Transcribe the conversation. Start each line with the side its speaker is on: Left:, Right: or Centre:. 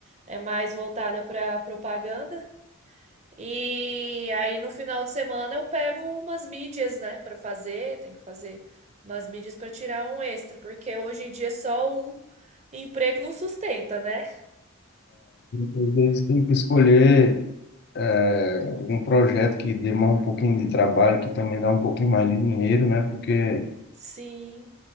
Right: É mais voltada para propaganda. E aí no final de semana eu pego umas mídias, né, para fazer, tem que fazer umas mídias para tirar um extra, porque hoje em dia só um Emprego não sustenta, né?
Left: Às vezes tem que escolher é, um projeto que demora um pouquinho de trabalho, que também dá um pouquinho mais de dinheiro, né? Porque
Right: Sim,